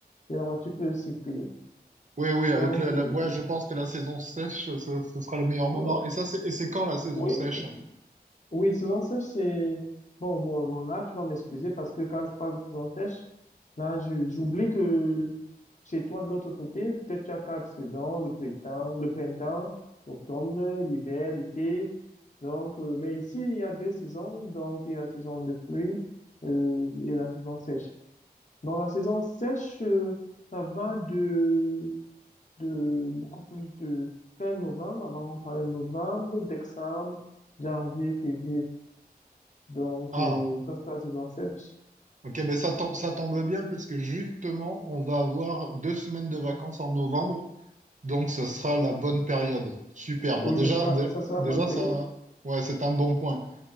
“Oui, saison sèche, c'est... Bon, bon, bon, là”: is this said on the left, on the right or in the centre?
Left